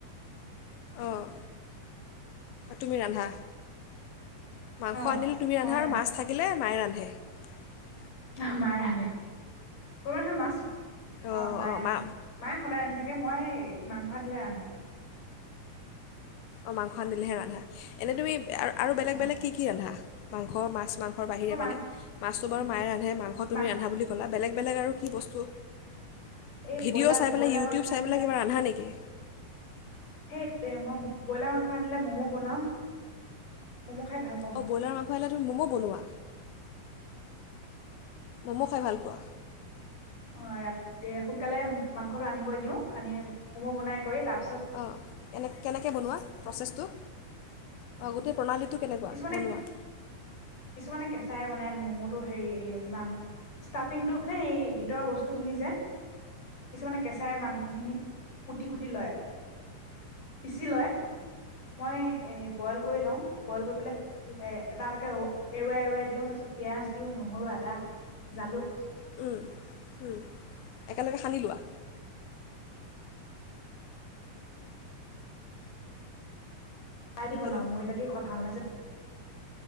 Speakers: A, on the left; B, on the left.
A: অঁ তুমি ৰান্ধা মাংস
B: অ
A: আনিলে তুমি
B: মই
A: ৰান্ধা আৰু মাছ থাকিলে মাই ৰান্ধে? সে
B: অ মায়ে ৰান্ধে। কোনবা হয় মাছ অ
A: অঁ
B: মায়ে
A: অঁ
B: ৰান্ধে।
A: মা
B: মায়ে সদায় ৰান্ধি থাকে তাকে মই মাংস আনিলে ৰান্ধো
A: অ মাংস আনিলেহে ৰান্ধা। এনে তুমি আৰু বেলেগ
B: অ
A: বেলেগ কি কি ৰান্ধা? মাংস, মাছ মাংসৰ বাহিৰে
B: মই মাং
A: মানে মাছটো বাৰো মায়ে ৰান্ধে মাংস
B: মা
A: তুমি ৰান্ধা বুলি ক'লা বেলেগ বেলেগ আৰু কি বস্তু
B: এই
A: ভিডিঅ'
B: ব্ৰইলাৰ
A: চাই
B: ব্ৰইলাৰ
A: পেলাই ইউটিউব
B: মাংস
A: চাই
B: আনিলে
A: পেলাই কিবা ৰান্ধা নেকি
B: সেই দে মই ব্ৰইলাৰ মাংস আনিলে ম'মো বনাও ম'ম' খাই ভাল পাওঁ
A: অঁ
B: মই
A: ব্ৰইলাৰ মাংস আনিলে মম বনোৱা ম'ম' খাই ভাল পোৱা
B: অ ৰাতি দে সোনকালে মাংসটো আনিব দিও আনি ম'ম' বনাই কৰি তাত
A: অঁ কেনে কেনেকে বনোৱা প্ৰচেছটো অ গোটেটো প্ৰণালী কেনেকুৱা
B: কিছুমানে
A: বনোৱা
B: কিছুমানে কেঁচাই বনাই ম'ম'টো হেৰি বা ষ্টাফিংটো মানে এই ভিতৰৰ বস্তুখিনি যে কিছুমানে কেঁচাই মাংসখিনি কুটি কুটি লয় পিচি লয় মই এ বইল কৰি লওঁ বইল কৰি পেলাই এ এটা এটাকে ও এৰুৱাই এৰুৱাই দিওঁ তাৰ পিছত পিয়াঁজ দিওঁ, নহৰু, আদা, জালুক
A: উম উম একেলগে সানি লোৱা
B: চাই দি বনাও
A: হেল্ল'
B: ময়দা দি খোৱা ভাল হেল্ল